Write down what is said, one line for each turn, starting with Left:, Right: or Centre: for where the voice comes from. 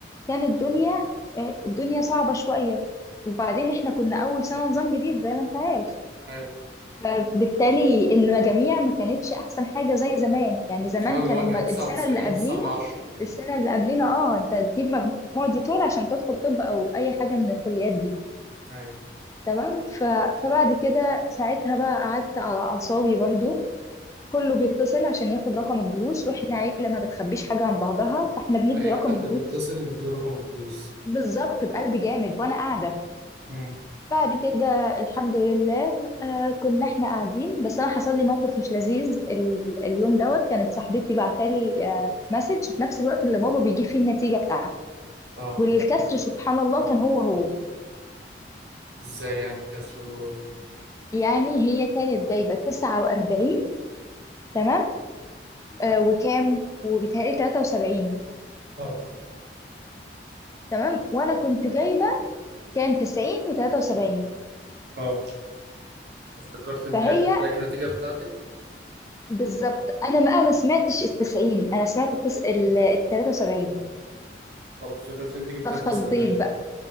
Left: كانت الدنيا آه، الدنيا صعبه شويه وبعدين احنا كنا اول سنه نظام جديد زي ما انت عارف
Right: ايوه
Left: فبالتالي المجاميع ما كانتش احسن حاجه زي زمان يعني زمان
Right: اه اللي
Left: كان
Right: هو
Left: الم-
Right: كان
Left: السنه
Right: 99
Left: اللي قبلينا
Right: 9 من 10
Left: السنة اللي قبلينا اه انت تجيب مجموع دي طول عشان تدخل طب او اي حاجة من الكليات دي
Right: ايوه
Left: تمام ف... فبعد كده ساعتها بقى قعدت على اعصابي برضو كله بيتصل عشان ياخد رقم الجلوس واحنا عيلة ما بتخبيش حاجة عن بعضها فاحنا بندي
Right: اي
Left: رقم
Right: حد
Left: الجلوس
Right: بيتصل نديله رقم الجلوس
Left: بالظبط بقلب جامد وانا قاعدة
Right: امم
Left: بعد كده الحمد لله آه كنا احنا قاعدين بس انا حصل لي موقف مش لذيذ ال... اليوم دوت كانت صاحبتي بعتالي آه مسج في نفس الوقت اللي بابا بيجيب فيه النتيجة بتاعته
Right: اه
Left: والكسر سبحان الله كان هو هو
Right: ازاي يعني الكسر و-
Left: فيعني هي كانت جايبة 49 تمام آه وكام وبيتهيألي 73
Right: اه
Left: تمام وأنا كنت جايبة كام 90 و73
Right: اه افتكرت ان
Left: فهي
Right: هي كانت بلاقي النتيجة بتاعتك
Left: بالظبط أنا ما أنا ما سمعتش ال 90 أنا سمعت التس... ال 73
Right: اه افتكرت ان انت جبت
Left: فاتخضيت
Right: 73
Left: بقى